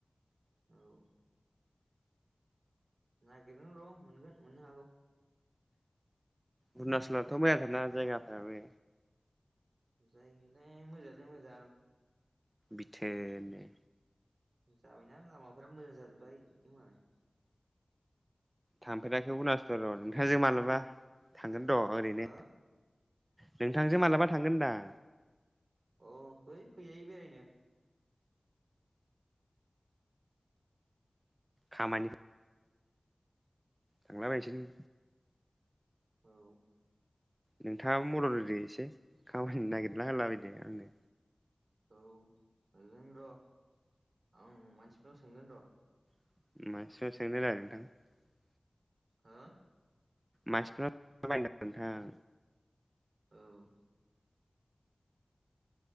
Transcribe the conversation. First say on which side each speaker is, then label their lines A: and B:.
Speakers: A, on the right (about 80°); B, on the right (about 20°).
A: औ नागिरगोन र' मोनगोन मोननो हागौ।
B: अरुनाचलावथ' मोजांथारा जायगाफोराबो।
A: जायगायालाय मोजाङालाय मोजां
B: बिथोर नो
A: जाबायना लामाफोरा मोजां जाजोब्बाय बिदि मालाय।
B: थांफेराखै उरुनाचलाव नोंथांजों मालाबा थांगोन- र' ओरैनो
A: हो
B: नोंथांजों मालाबा थांगोन होनदां।
A: औ फै फैजायो बेरायनो।
B: खामानि- थांलाबायनिसैनो
A: औ
B: नोंथाङा मदद होदो एसे खामानि नागिरला होला बायदो आंनो
A: औ होगोन र' आं मानसिफोरनाव सोंगोन र'
B: <inaudible>
A: हो
B: मानसिफोर बायदों नोंथां
A: औ